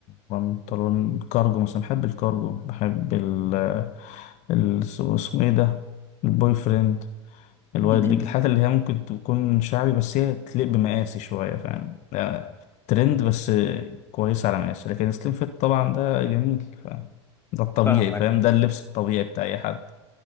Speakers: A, on the left; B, on the left.
A: وبنطلون كارجو مثلا بحب الكارجو بحب ال ال- اسمه إيه ده البوي فريند الوايد
B: م- م-
A: ليج الحاجات
B: م.
A: اللي هي ممكن تكون شعبي بس هي تليق بمقاسي شوية فاهم لا، ترند بس كويس على مقاسي لكن سليم فيت طبعا ده جميل فاهم ده الطبيعي
B: فاهمك
A: فاهم ده اللبس الطبيعي بتاع أي حد